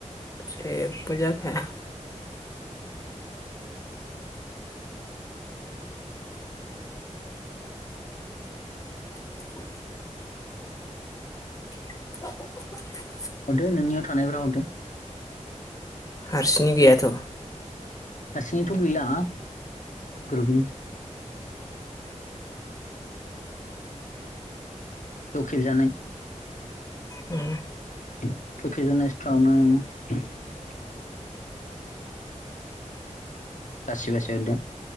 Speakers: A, on the left (about 25°); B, on the left (about 85°).
A: जेबो जाखाया <unintelligible> <unintelligible>
B: हरदो नोंनियाव थानायफ्रा हरदो
A: हारसिंनि गैयाथ
B: हारसिङैथ गैला ग्रुपनि ज खेबजानाय
A: औ
B: <inaudible> बासि बासि हरदो